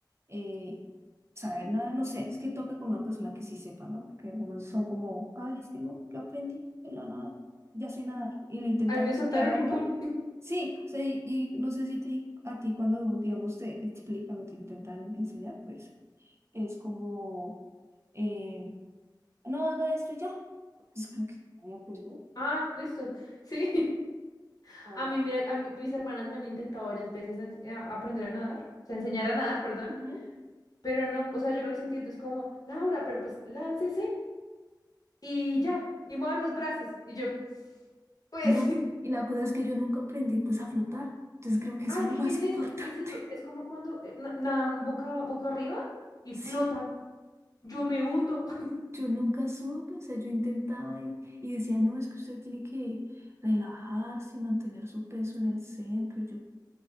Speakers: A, on the right (about 35°); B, on the left (about 50°).
A: eh, saber nada, no sé, es que toca con una persona que sí sepa, ¿no? Porque algunos son como, ay, es que no, yo aprendí de la nada, ya sé nadar. Y le intentan
B: A mí me
A: enseñar
B: soltaron
A: a
B: y
A: uno.
B: ¡pum! <laughs>
A: Sí, o sea, y, y no sé si te, a ti cuando, digamos, te explican o te intentan enseñar, pues es como, eh, no haga esto y ya. Es como que no voy a aprender.
B: Ah, listo. Sí. <laughs>
A: Ah,
B: A mí, mira, a mí- mis hermanas me han intentado varias veces ens- eh, a- aprender a nadar, o sea, enseñar a nadar, perdón,
A: ujú.
B: pero no, o sea, yo no les entiendo. Es como, Laura, pero pues láncese y ya, y mueva los brazos. Y yo, pues,
A: No, y la cosa es que yo nunca aprendí pues a flotar. Entonces
B: <laughs>
A: creo que eso
B: ay,
A: es lo más
B: es eso,
A: importante.
B: es eso. Es
A: <laughs>
B: como cuando eh, na- nadan boca, boca arriba y
A: Sí,
B: flotan. Yo me hundo. <laughs>
A: yo nunca supe, o sea, yo intentaba y, y decía, no, es que usted tiene que relajarse y mantener su peso en el centro. Y yo,